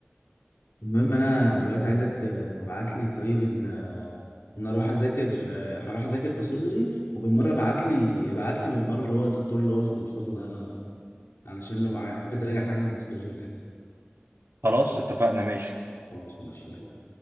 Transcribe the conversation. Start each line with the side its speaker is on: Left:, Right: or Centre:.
Left: المهم انا دلوقتي عايزك تبعت لي طيب ال- ان اروح اذاكر هروح اذاكر باثولوجي وبالمره ابعت لي ابعت لي بالمره اللي هو الدكتور اللي هو اسمه مصطفى ده علشان لو حبيت اراجع حاجه من الهيستولوجي ولا حاجه
Right: خلاص اتفقنا ماشي
Left: خلاص ماشي يلا.